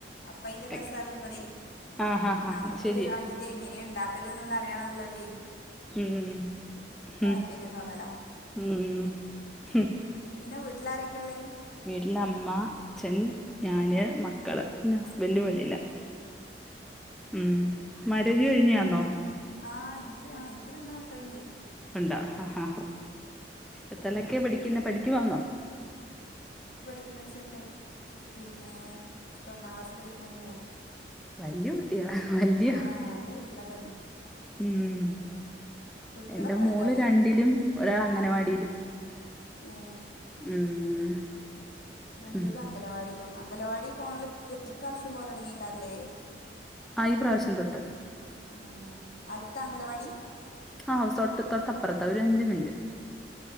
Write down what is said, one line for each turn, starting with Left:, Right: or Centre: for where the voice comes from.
Left: അപ്പ അയിന്റെ രസം
Centre: ഓക്കെ
Left: അറിയുമ്പളെ
Centre: ആഹ് ഹാ
Left: നമക്കൊരു
Centre: ഹാ അത് ശരിയാ
Left: ഇത എങ്ങനെ ഇണ്ടാക്കല് ന്നുള്ള അറിയാനുള്ളൊര്
Centre: ഉം
Left: താല്പര്യം തോന്നലാ പിന്നെ വീട്ടിലാരൊക്കെള്ളെ
Centre: വീട്ടില അമ്മ, അച്ഛൻ, ഞാന്, മക്കള് പിന്നെ ഹസ്ബന്റ് വെളിയിലാ. ഉം മാരേജ് കഴിഞ്ഞാന്നോ?
Left: ആഹ് ഇനിക്ക് ആ ഇനിക്ക് രണ്ട് മക്കളുണ്ട്.
Centre: ഉണ്ടാ ആ എത്രലൊക്കെ പഠിക്ക ന്ന പഠിക്ക് വാന്നോ
Left: പിന്നെ ഒരു ചെക്കൻ പിന്നെ ഒന്നാം ക്ലാസ്സ് പഠിക്കണ ഒരു മോളും.
Centre: വല്യ കുട്ട്യള വല്യ
Left: ആ വലിയ കുട്ടികളൊക്കെ തന്നെ
Centre: ഉം
Left: കുട്ടികളൊക്കെ
Centre: എന്റെ
Left: വലുതായിണ്
Centre: മോള് രണ്ടിലും ഒരാൾ അങ്ങനവാടിയില്
Left: ഉം ഏ
Centre: ഉം
Left: രണ്ടിലും
Centre: ഉം
Left: അംഗലവാടിയിലും അങ്കലവാടിൽ പോണോൽ ഈ പ്രാ വശ്യം പോലെ തുടങ്ങിയ്കാരല്ലേ?
Centre: ആഹ് ഈ പ്രാവശ്യം തൊട്ട്
Left: ആ അടുത്ത അംഗലവാടി?
Centre: ആഹ്തൊട്ട് തൊട്ടപ്പുറത്താ ഒരു അഞ്ച് മിനിറ്റ്